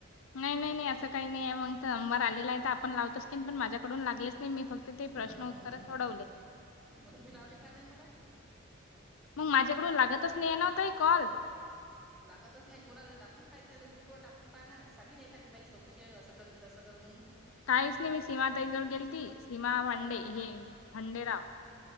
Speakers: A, on the left (about 65°); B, in the centre.
A: नाही नाही नाही, असं काही नाही आहे मग तर नंबर आलेला आहे तर, आपण लावतोच की पण माझ्याकडून लागलेच नाही मी फक्त ते प्रश्न
B: हं
A: उत्तर
B: हं हं
A: सोडवले.
B: मग तुम्ही लावले का नाही मला
A: मग माझ्याकडून लागतच नाही ना ताई ते कॉल.
B: लागतच नाही कोणा दाखवून पाह ग्रुपवर टाकून पा ना सांगेन एखादी बाई सोल्युशन असं कर की तं कर म्हणून.
A: काहीच नाही मी सीमा ताईजवळ गेल तीसीमा भांडे
B: हं
A: हे
B: हं
A: खांडेराव.